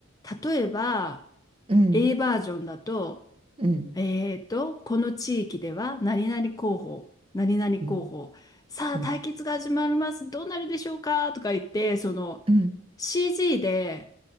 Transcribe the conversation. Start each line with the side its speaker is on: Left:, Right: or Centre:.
Left: 例えば、
Right: うん
Left: A バージョンだと、
Right: うんうん
Left: えーと、この地域では何々候補、何々候補、
Right: うん
Left: さあ対決が始まります。
Right: うん
Left: どうなるでしょうかとか言って、その
Right: うん
Left: CG で、